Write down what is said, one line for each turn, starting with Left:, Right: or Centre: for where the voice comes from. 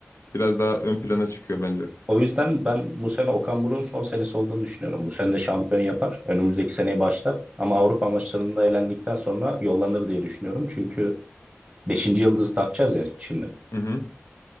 Left: biraz daha ön plana çıkıyor bence.
Right: O yüzden ben bu sene Okan Buruk'un son senesi olduğunu düşünüyorum. Bu sene de şampiyon yapar. Önümüzdeki seneye başlar. Ama Avrupa maçlarında elendikten sonra yollanır diye düşünüyorum. Çünkü beşinci yıldızı takacağız ya şimdi.
Left: Hı hı.